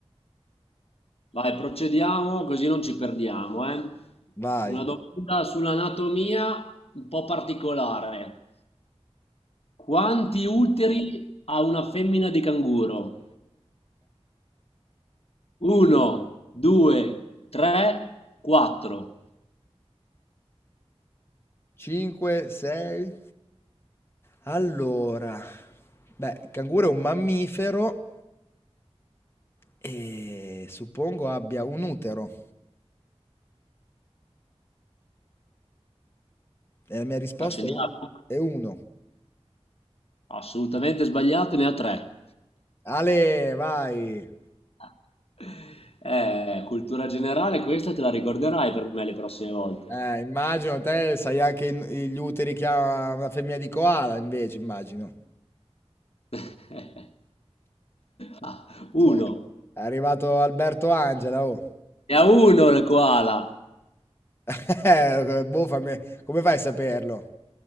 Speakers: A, on the left; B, on the left.
A: Vai, procediamo così non ci perdiamo, eh.
B: Vai.
A: Una domanda sull'anatomia un po' particolare. Quanti uteri ha una femmina di canguro? Uno, due, tre, quattro.
B: 5, 6. Allora, beh, il canguro è un mammifero e suppongo abbia un utero. E la mia risposta
A: Accendiamo?
B: è, u- è uno.
A: Assolutamente sbagliato, ne ha tre.
B: Ale, vai.
A: <laughs> Eh, cultura generale, questa te la ricorderai per me le prossime volte.
B: Eh, immagino te sai anche i- gli uteri che ha una femmina di koala, invece, immagino.
A: <laughs> Ah, uno.
B: Cioè, è arrivato Alberto Angela, oh.
A: Ne ha uno il koala.
B: <laughs> Eh, boh, fammi- Come fai a saperlo?